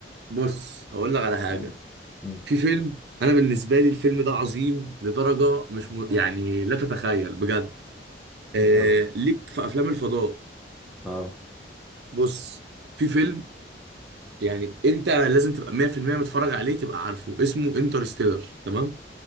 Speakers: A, on the right (about 65°); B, in the centre.
A: بص هقول لك على حاجة
B: مم. مم.
A: في فيلم انا بالنسبة لي الفيلم ده عظيم لدرجة مش م...
B: اه
A: يعني لا تتخيل بجد آه...
B: يو
A: ليك في افلام الفضاء
B: اه
A: بص في فيلم يعني انت لازم تبقى 100% متفرج عليه تبقى عارفه اسمه انترستيلر تمام